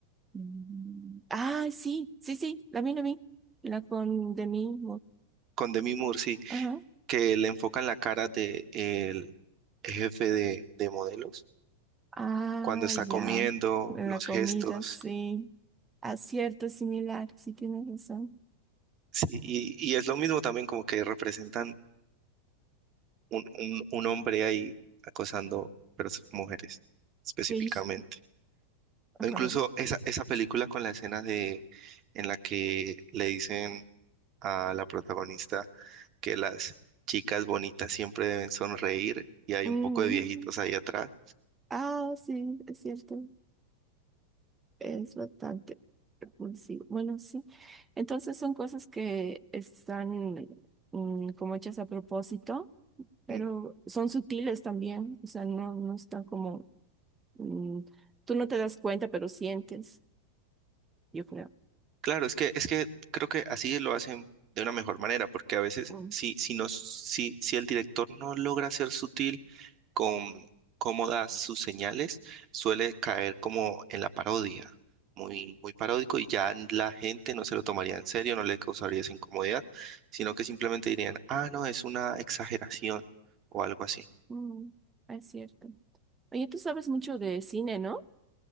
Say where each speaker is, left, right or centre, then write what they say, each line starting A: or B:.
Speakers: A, on the right (about 15°); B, on the right (about 35°).
A: Mm. Ay, sí, sí, sí, la vi, la vi. La con de mí
B: con Demi Moore, sí,
A: Ajá.
B: que le enfocan la cara de el jefe de, de modelos
A: Ah,
B: cuando está
A: ya.
B: comiendo,
A: La
B: los
A: comida,
B: gestos,
A: sí. Acierto es similar, sí tienes razón.
B: sí, y, y es lo mismo también como que representan un, un- un hombre ahí acosando pers- mujeres específicamente.
A: Sí. Ajá.
B: O incluso esa, esa película con la escena de en la que le dicen a la protagonista que las chicas bonitas siempre deben sonreír y hay
A: Mm.
B: un poco de viejitos ahí atrás.
A: Ah, sí, es cierto. Es bastante repulsivo. Bueno, sí. Entonces son cosas que están mm, como hechas a propósito, pero
B: Mm.
A: son sutiles también. O sea, no, no están como Mm, tú no te das cuenta, pero sientes, yo creo.
B: Claro, es que, es que creo que así lo hacen de una mejor manera, porque a veces
A: Mm,
B: si, si, no, si, si el director no logra ser sutil con cómo da sus señales, suele caer como en la parodia, muy, muy paródico y ya la gente no se lo tomaría en serio, no le causaría esa incomodidad, sino que simplemente dirían, ah, no, es una exageración o algo así.
A: mm, es cierto. Oye, tú sabes mucho de cine, ¿no?